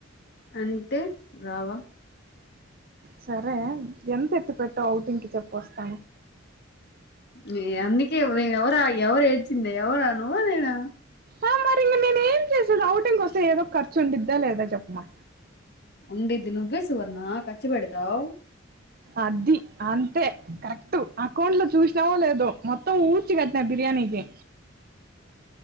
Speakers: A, on the left; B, on the right.
A: అంటే రావా.
B: సరే ఎంత ఎత్తుకత్తావ్ ఔటింగ్కి చెప్పోస్తా.
A: ని అందుకే ఎవరా ఎవరు ఏడ్చింది ఎవరా నువ్వ నేనా.
B: ఆహ్ మరి ఇంగా నేను ఏం చేసేది ఔటింగ్ కోస్తే ఏదో ఖర్చు ఉండిద్దా లేదా చెప్పమ్మా.
A: ఉండిద్ది నువ్వే సువర్ణ ఖర్చు పెడతావు.
B: అది అంతే కరెక్ట్ అకౌంట్ లో చూసినావో లేదో మొత్తం ఊడ్చి కట్నా బిర్యానీ. నికి.